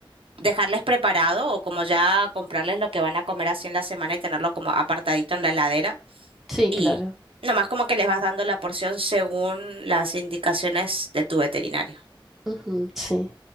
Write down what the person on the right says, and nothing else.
dejarles preparado o como ya comprarles lo que van a comer así en la semana y tenerlo como apartadito en la heladera.
Y
nomás como que les vas dando la porción según las indicaciones de tu veterinario.